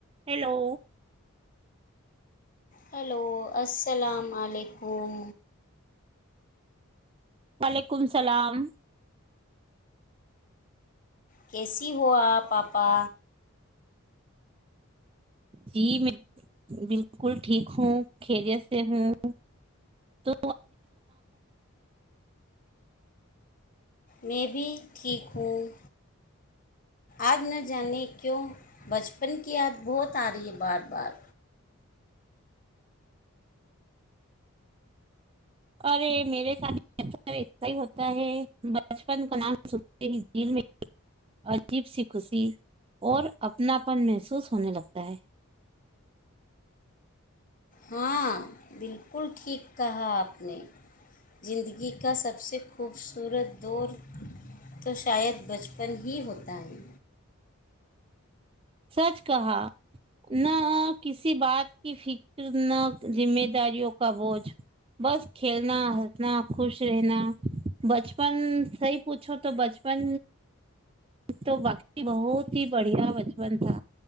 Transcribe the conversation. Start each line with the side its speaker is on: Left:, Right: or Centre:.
Right: Hello
Left: hello السلام علیکم
Right: وعلیکم اللام
Left: کسی ہو آ پپا
Right: جی میں بالکل ٹھیک ہوں خیریت سے ہوں تو
Left: میں بھی ٹھیک ہوں آج نہ جانے کیوں بچپن کی یاد بہت آ رہی ہے بار بار
Right: اورر میرے سامنے ہی ہوتا ہے بچپن کا نام سنتے ہی جل میں عجیب سی خوشی اور اپناپن محسوس ہونے لگتا ہے
Left: ہاں بالکل ٹھیک کہا آپ نے زندگی کا سب سے خوبصورت دور تو شاید بچپن ہی ہوتا ہے
Right: سچ کہا نہ کسی بات کی فکر نہ ذمہ داریوں کا بوجھ بس کھیلنا ہنسنا خوش رہنا بچپن صی پوچھو تو بچپن تو باقی بہت ہی بڑھیا بچپن تھا